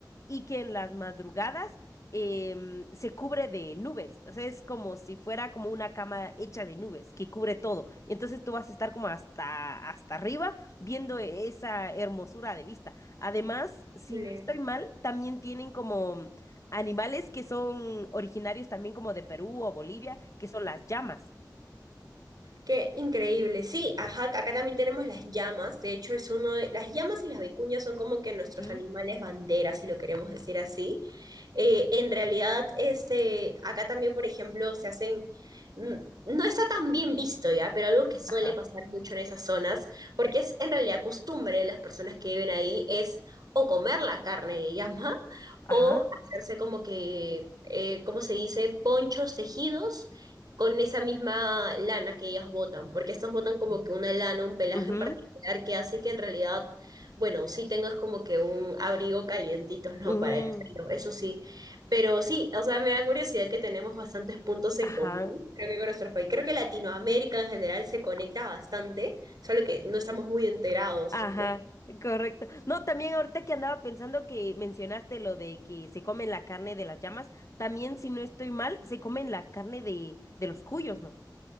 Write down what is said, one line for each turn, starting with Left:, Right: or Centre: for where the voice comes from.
Left: y que en las madrugadas em, se cubre de nubes. O sea, es como si fuera como una cama hecha de nubes que cubre todo. Y entonces tú vas a estar como hasta, hasta arriba viendo esa hermosura de vista. Además, si
Right: Chile.
Left: no estoy mal, también tienen como animales que son originarios también como de Perú o Bolivia, que son las llamas.
Right: Qué increíble. Sí, ajá, acá también tenemos las llamas. De hecho, es uno de las llamas y las vicuñas son como que nuestros
Left: Ujú,
Right: animales banderas, si lo queremos decir así. Eh, en realidad, este, acá también, por ejemplo, se hacen, mm, no está tan bien visto ya, pero algo que suele
Left: Ajá,
Right: pasar mucho en esas zonas, porque es en realidad costumbre de las personas que viven ahí, es o comer la carne de llama
Left: ajá.
Right: o hacerse como que, eh, ¿cómo se dice? Ponchos tejidos con esa misma lana que ellas botan, porque estas botan como
Left: ujú,
Right: que una lana, un pelaje
Left: ujú,
Right: en particular que hace que en realidad, bueno, sí tengas como que un abrigo calientito, ¿no?
Left: ujú,
Right: Para el frío, eso sí. Pero sí, o sea, me da curiosidad que tenemos bastantes puntos en
Left: Ajá.
Right: común, creo que con nuestros países. Creo que Latinoamérica en general se conecta bastante, solo que no estamos muy enterados.
Left: Ajá,
Right: entre
Left: correcto. No, también ahorita que andaba pensando que mencionaste lo de que se comen la carne de las llamas, también si no estoy mal, se comen la carne de, de los cuyos, ¿no?